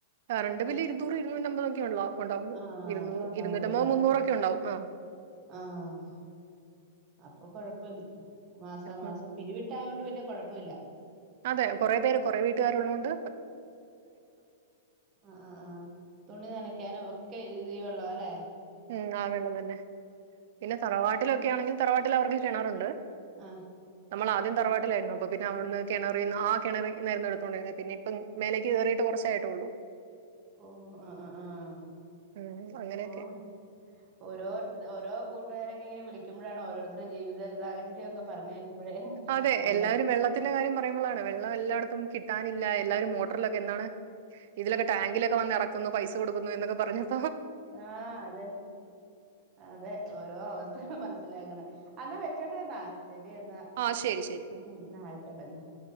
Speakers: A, on the right (about 55°); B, on the right (about 25°).
A: കറണ്ട് ബില്ല് ഇരുന്നൂറ് ഇരുന്നൂറ്റമ്പതൊക്കെ ഉള്ളോ ഉണ്ടാവൂ
B: ആഹ്
A: ഇരുന്നൂ
B: അത്രേ ഉണ്ടാവുള്ളൂ
A: ഇരുന്നൂറ്റമ്പത്
B: അല്ലേ
A: മുന്നൂറൊക്കെ ഉണ്ടാവും ആഹ്
B: ആഹ് അപ്പൊ കൊഴപ്പിൽ മാസമാസം
A: ഉം.
B: പിരിവിട്ടായ കൊണ്ട് പിന്നെ കൊഴപ്പില്ലാ
A: അതെ കുറേ പേര് കുറെ വീട്ടുകാരുള്ളോണ്ട്
B: ആ ആ ആ തുണി നനക്കാനും ഒക്കെ ഈ വെ ള്ളോ അല്ലെ
A: ഉം ആ വെള്ളം തന്നെ പിന്നെ തറവാട്ടിലൊ ക്കെ ആണെങ്കിൽ തറവാട്ടിൽ അവർക്ക് കിണറുണ്ട്
B: ആഹ്
A: നമ്മൾ ആദ്യം തറവാട്ടിലായിരുന്നു അപ്പൊ പിന്നെ അവിടുന്ന് കിണറിന്ന് ആ കിണറിന്നായിരുന്നു എടുത്തു കൊണ്ടിരുന്നത് പിന്നെ ഇപ്പം മേലേക്ക് കയറിട്ട് കുറച്ചേ ആയിട്ടുള്ളൂ
B: ഓ ആഹ് ആഹ്
A: ഉം അങ്ങനെയൊക്കെ
B: ഓരോരു ഓരോ കൂട്ടുകാരൊക്കെ ഇങ്ങനെ വിളിക്കുമ്പോഴാണ് ഓരോരുത്തരുടെ ജീവിത സാഹചര്യമൊക്കെ പറഞ്ഞു കേൾക്കുമ്പോഴേ
A: അതെ
B: വെള്ള
A: എല്ലാരും വെള്ളത്തിന്റെ കാര്യം പറയുമ്പോളാണ് വെള്ളം എല്ലായിട ത്തും കിട്ടാനില്ല എല്ലാരും മോട്ടറിലൊക്കെ എന്നാണ് ഇതിലൊക്കെ ടാങ്കിലൊക്കെ വന്ന് ഇറക്കുന്നു പൈസ കൊടുക്കുന്നു എന്നൊക്കെ പറഞ്ഞു
B: ആ അതെ അതെ ഓരോ അവസ്ഥ മനസ്സിലാക്കണെ എന്നാ വെച്ചോട്ടേ എന്നാ ശരി എന്നാ
A: ആ ശരി ശരി
B: ഉം എന്നാ ആയിക്കോട്ടെന്നാ